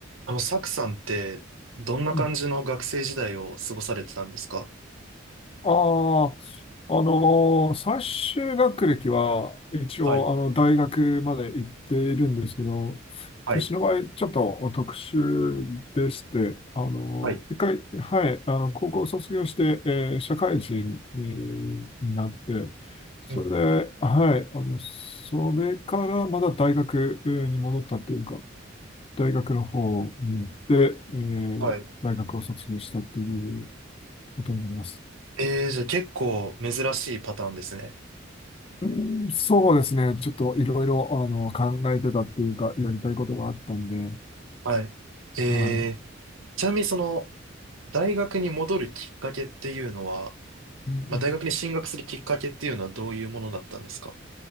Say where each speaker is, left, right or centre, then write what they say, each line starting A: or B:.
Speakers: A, on the right; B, on the left.
A: あの、サクさんって、どんな感じの学生時代を過ごされてたんですか
B: うん。ああ、あのー最終学歴は一応あの大学まで行っているんですけど、
A: はい、はい、
B: 私の場合ちょっと特殊でして、あのー一回、
A: はい、
B: はい、あの、高校卒業して、えー社会人になって、それで、
A: うん
B: はい、あの、それからまだ大学に戻ったっていうか、大学の方に行って、えー大学を卒業したっていう
A: はい。
B: ことになります。
A: えー、じゃあ結構珍しいパターンですね。
B: うんそうですね。ちょっといろいろ、あの、考えてたっていうか、やりたいことがあったんで。
A: はい。えー、
B: はい。
A: ちなみにその、大学に戻るきっかけっていうのは、
B: うんうん
A: まあ、大学に進学するきっかけっていうのはどういうものだったんですか